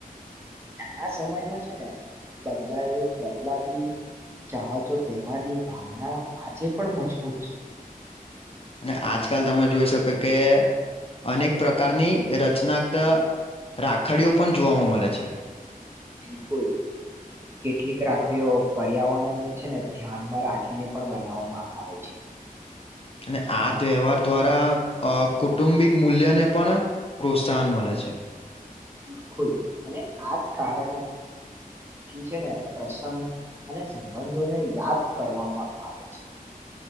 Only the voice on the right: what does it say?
આ સમયમાં છે ને બદલાય બદલાતી ચાહતો તેવાની ભાવના આજે પણ મજબૂત છે
બિલકુલ કેટલીક રાખડીઓ પર્યાવરણને છે ને ધ્યાનમાં રાખીને પણ બનાવવામાં આવે છે
બિલકુલ અને આજ કારણે થી છે ને પ્રસંગ અને સંબંધોને યાદ કરવામાં આવે છે